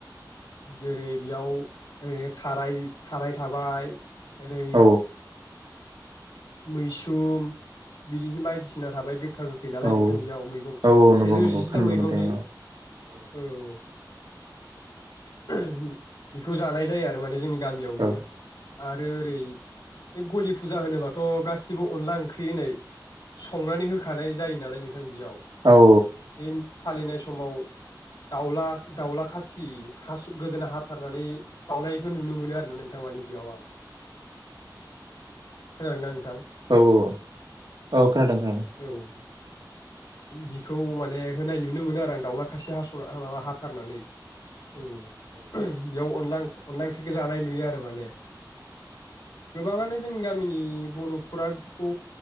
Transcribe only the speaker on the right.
औ
औ
औ नंगौ
नंगौ
खोनानो
मोनदों
औ
औ
<inaudible>
औ औ औ खोनादों खोनादों।